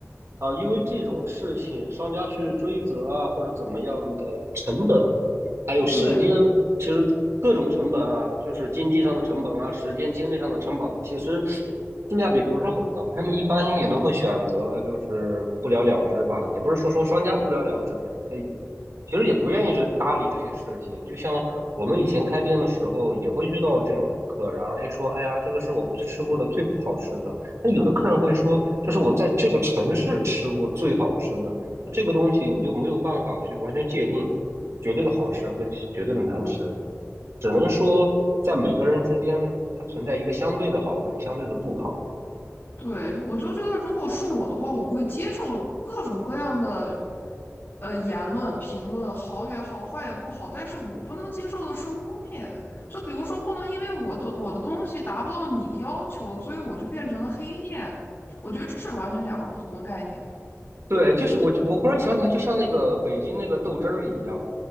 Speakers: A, on the right (about 60°); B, on the left (about 45°).
A: 啊、呃因为这种事情，商家去追责啊，或者怎么样的成本，还有时间，
B: 对，
A: 其实各种成本啊，就是经济上的成本啊，时间精力上的成本，其实性价比不是很高。他们一般也都会选择就是不了了之吧，也不是说说商家不了了之，呃，其实也不愿意去搭理这些事情。就像我们以前开店的时候，也会遇到这种客人啊，哎说，哎呀，这个是我们吃过的最不好吃的。那有的客人会说，这是我在这个城市吃过最好吃的。这个东西你就没有办法去完全界定绝对的好吃和绝对的难吃，只能说在每个人之间它存在一个相对的好跟相对的不好。
B: 对，我就觉得，如果是我的话，我会接受各种各样的呃言论、评论，好也好，坏也不好。但是我不能接受的是污蔑，就比如说，不能因为我的我的东西达不到你的要求，所以我就变成了黑店。我觉得这是完全两个不同的概念。
A: 对，就是我我忽然想起来，就像那个北京那个豆汁儿一样，